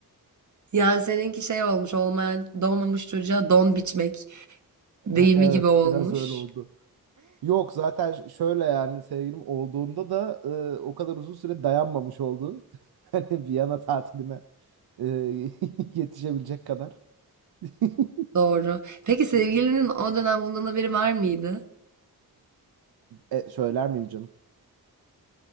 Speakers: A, on the right (about 50°); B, on the right (about 80°).
A: Yani seninki şey olmuş olmayan doğmamış çocuğa don biçmek
B: <laughs>
A: deyimi
B: Evet,
A: gibi olmuş.
B: biraz öyle oldu. Yok zaten ş- şöyle yani sevgilim olduğunda da e, o kadar uzun süre dayanmamış oldu. <laughs> Hani Viyana tatiline e, <laughs> yetişebilecek kadar. <laughs>
A: Doğru. Peki sevgilinin o dönem bundan haberi var mıydı?
B: E, söyler miyim canım?